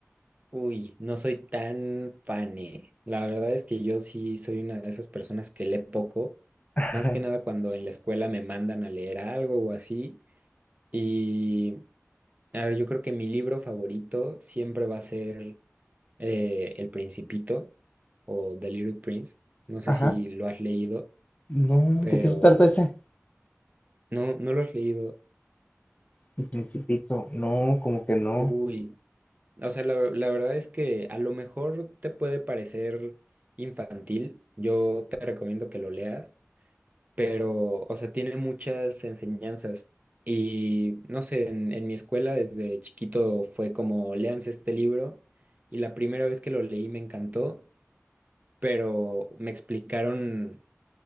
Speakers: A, on the right; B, on the left.
A: uy, no soy tan fane. La verdad es que yo sí soy una de esas personas que lee poco,
B: <laughs>
A: más que nada cuando en la escuela me mandan a leer algo o así. Y A ver, yo creo que mi libro favorito siempre va a ser eh, El Principito o The Little Prince. No sé
B: Ajá.
A: si lo has leído,
B: No,
A: pero
B: ¿de qué se trata ese?
A: no, no lo has leído.
B: El Principito. No, como que no.
A: Uy, o sea, la, la verdad es que a lo mejor te puede parecer infantil. Yo te recomiendo que lo leas, pero, o sea, tiene muchas enseñanzas. Y no sé, en, en mi escuela desde chiquito fue como, léanse este libro. Y la primera vez que lo leí me encantó. pero me explicaron